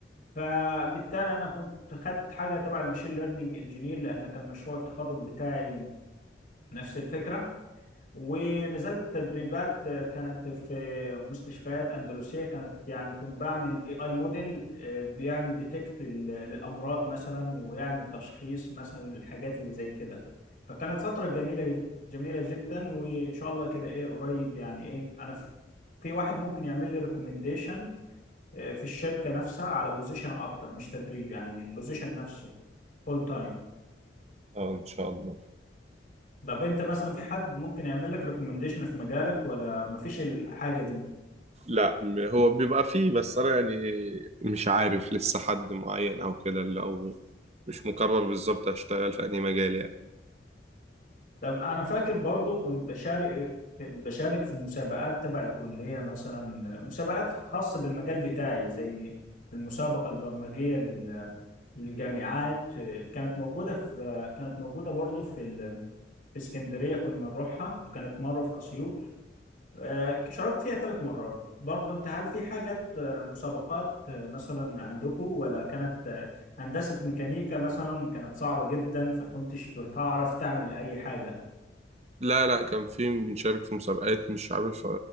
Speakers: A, on the left; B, on the right.
A: فبالتالي انا كنت خدت حاجه تبع المشين ليرنينج انجينير لان كان مشروع التخرج بتاعي نفس الفكره ونزلت تدريبات آه، كانت في مستشفيات اندلسيه كانت يعني كنت بعمل اي اي موديل بيعمل ديتكت للامراض مثلا ويعمل تشخيص مثلا للحاجات اللي زي كده فكانت فتره جميله جميله جدا وان شاء الله كده ايه قريب يعني ايه انا في في واحد ممكن يعمل لي ريكومنديشن في الشركه نفسها على بوزيشن اكتر مش تدريب يعني البوزيشن نفسه فول تايم
B: اه ان شاء الله
A: طب انت مثلا في حد ممكن يعمل لك ريكومنديشن في مجالك ولا مفيش الحاجه دي
B: لا م- هو بيبقى فيه بس انا يعني مش عارف لسه حد معين او كده اللي او مش مقرر بالظبط هشتغل في انهي مجال يعني
A: طب انا فاكر برضو كنت بشارك بشارك في مسابقات تبع الكليه مثلا مسابقات خاصه بالمجال بتاعي زي المسابقه البرمجيه لل للجامعات كانت موجودة في كانت موجودة برضو في ال... في اسكندرية كنا نروحها وكانت مرة في أسيوط آه، شاركت فيها ثلاث مرات برضه انت هل في حاجات آه، مسابقات آه، مثلا عندكم ولا كانت آه، هندسة ميكانيكا مثلا كانت صعبة جدا فكنتش بتعرف تعمل اي حاجة
B: لا لا كان في بنشارك في مسابقات مش عارف